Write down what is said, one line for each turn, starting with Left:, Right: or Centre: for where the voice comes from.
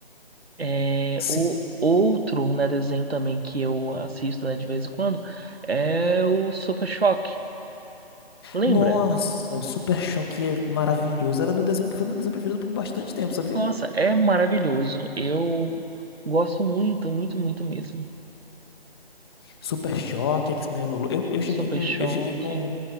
Right: É,
Left: Sim.
Right: o outro, né, desenho também que eu assisto, né, de vez em quando é o Super Choque. Lembra?
Left: Nossa, o Super Choque é maravilhoso. Era meu desenho, foi meu desenho preferido por bastante tempo, sabia?
Right: Nossa, é maravilhoso. Eu gosto muito, muito, muito mesmo.
Left: Super Choque, X-Men Evolution. Eu, eu
Right: Super
Left: cheguei com,
Right: Choque.
Left: eu cheguei com